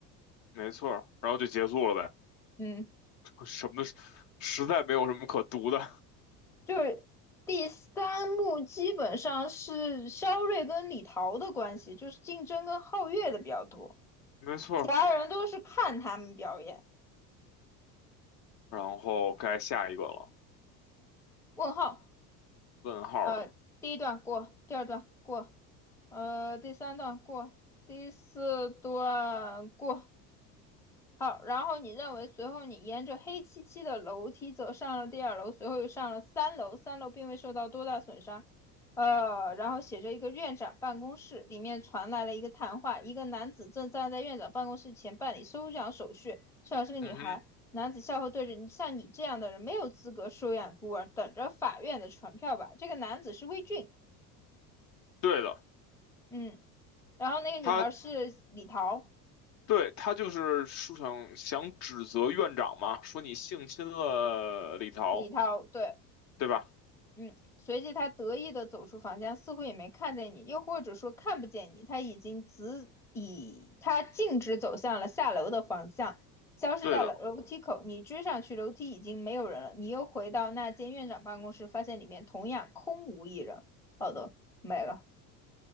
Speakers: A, on the left; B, in the centre.
A: 没错儿，然后就结束了呗，
B: 嗯。
A: 什么实在没有什么可读的，
B: 就是第三幕基本上是肖瑞跟李桃的关系，就是竞争跟皓月的比较多，
A: 没错儿。
B: 其他人都是看他们表演。
A: 然后该下一个了，
B: 问号，
A: 问号了，
B: 呃，第一段过，第二段过，呃，第三段过，第四段过，好，然后你认为，随后你沿着黑漆漆的楼梯走上了第二楼，随后又上了三楼，三楼并未受到多大损伤。呃，然后写着一个院长办公室，里面传来了一个谈话，一个男子正站在院长办公室前办理收养手续，收养是个女孩。
A: 嗯哼，
B: 男子笑后对着你，像你这样的人没有资格收养孤儿，等着法院的传票吧。这个男子是魏俊，
A: 对的。
B: 嗯，然后那个女孩是李桃，
A: 他。对，他就是说想想指责院长嘛，说你性侵了李桃，
B: 李桃，对。
A: 对吧？
B: 嗯，随即他得意地走出房间，似乎也没看见你，又或者说看不见你。他已经直以他径直走向了下楼的方向，消失在了楼梯口。
A: 对的，
B: 你追上去，楼梯已经没有人了。你又回到那间院长办公室，发现里面同样空无一人。好的，没了。